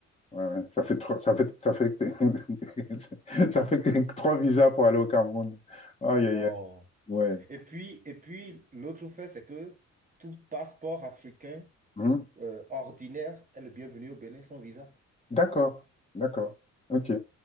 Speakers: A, on the left (about 20°); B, on the right (about 25°).
A: ouais, ouais. Ça fait trois, ça fait, ça fait, <laughs> ça fait que trois visas pour aller au Cameroun. Aïe,
B: Non.
A: aïe, aïe. Ouais.
B: Et puis, et puis l'autre fait, c'est que tout passeport africain
A: Hum?
B: euh, ordinaire est le bienvenu au Bénin sans visa.
A: D'accord, d'accord. Ok.